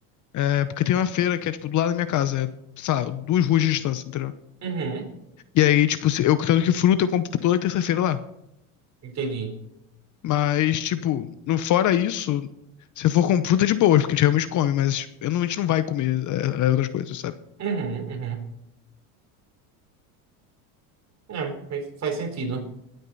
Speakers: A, on the left (about 40°); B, on the right (about 35°).
A: É, porque tem uma feira que é, tipo, do lado da minha casa. É, sei duas ruas de distância, entendeu?
B: uhum,
A: E aí, tipo, se- eu tanto que fruta eu compro toda terça-feira lá.
B: entendi.
A: Mas, tipo, no fora isso, se eu for com fruta de boas, porque a gente realmente come, mas eu não, a gente não vai comer é, é, outras coisas, sabe?
B: Uhum, uhum. É, meio que faz sentido.